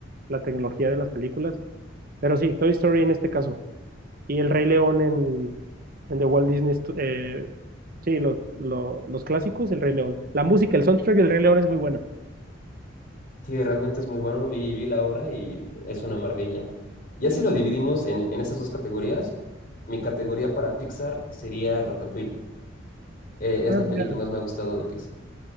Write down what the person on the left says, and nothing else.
Sí, realmente es muy bueno. Vi, vi la obra y es una maravilla. Ya si lo dividimos en, en esas dos categorías, mi categoría para Pixar sería Ratatouille. Eh, es
la peli
que más me ha gustado de Pixar.